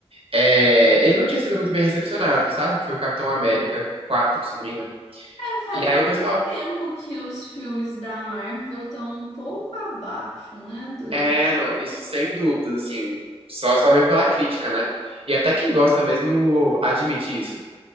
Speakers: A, on the right; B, on the left.
A: é, ele não tinha sido muito bem recepcionado, sabe? Que foi o Capitão América 4, se eu não me engano.
B: É, faz
A: E aí
B: algum
A: o pessoal,
B: tempo que os filmes da Marvel estão um pouco abaixo, né? Do...
A: é, não, isso sem dúvidas, assim, só só veio pela crítica, né? E até quem gosta mesmo admite isso.